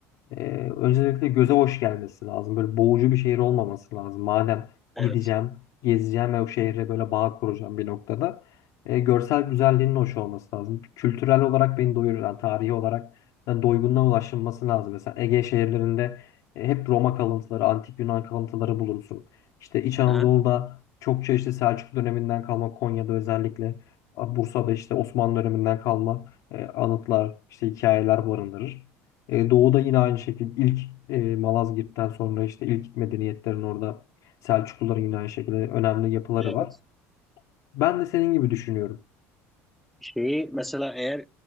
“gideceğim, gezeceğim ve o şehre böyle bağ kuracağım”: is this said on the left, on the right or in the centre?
Left